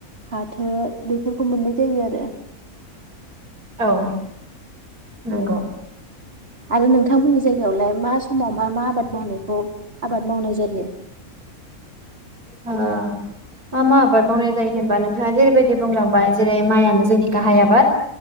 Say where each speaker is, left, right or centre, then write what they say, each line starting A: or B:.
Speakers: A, on the right; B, on the right.
A: फाथो बे मोननाय जायो आरो
B: औ नंगौ
A: उम आरो नोंथांमोननि जायगायावलाय मा समाव मा मा आबाद मावनायखौ आबाद मावनाय जायो?
B: मा मा आबाद मावनाय जायो होनबा नोंथाङा जेरैबायदि बुंलांबाय जेरै माइआनो जोंनि गाहाय आबाद